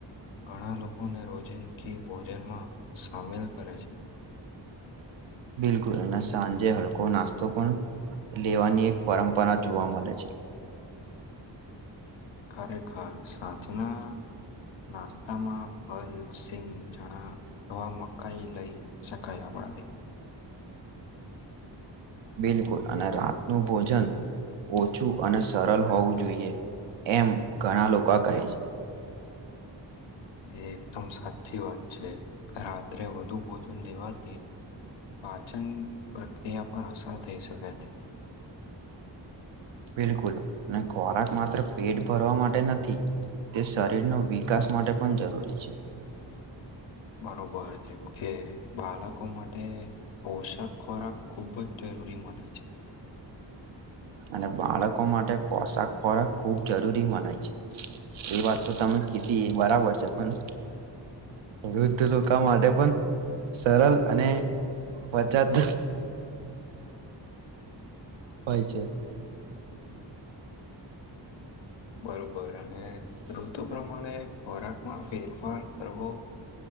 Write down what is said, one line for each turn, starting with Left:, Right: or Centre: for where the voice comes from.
Left: ઘણા લોકોને રોજિંદગી ભોજનમાં સામેલ કરે છે.
Right: બિલકુલ સાંજે હડકો નાસ્તો પણ. લેવાની એક પરંપરા જોવા મળે છે.
Left: ખરેખર સાચના. નાસ્તામાં ફલ સિંગ ચણા અવા મકાઈ લઈ શકાય આપ. ાલે.
Right: બિલકુલ અને રાતનું ભોજન. ઓછું અને સરળ હોવું જોઈએ એમ ઘણા લોકો કહે છે.
Left: એ એકદમ સાચી વાત છે રાત્રે વધુ ભોજન લેવા દઈ. પાચન પ્રક્રિયા પર અસર થઈ શકે છે.
Right: બિલકુલ અને ખોરાક માત્ર પેટ ભરવા માટે નથી. તે શરીરનો વિકાસ માટે પણ જરૂરી છે.
Left: બરોબર જેમ કે બાળકો માટે. પોશક ખોરાક ખૂબ જ જરૂરી મને છે.
Right: અને બાળકો માટે પોશાક ખોરાક ખૂબ જરૂરી બને છે એ વાત તો તમે કીધી એ બરાબર છે પણ વૃદ્ધ લોકો માટે પણ સરલ અને પચત હોય છે
Left: બરોબર અને ઋતુ પ્રમાણે ખોરાકમાં ફેરફાર કરવો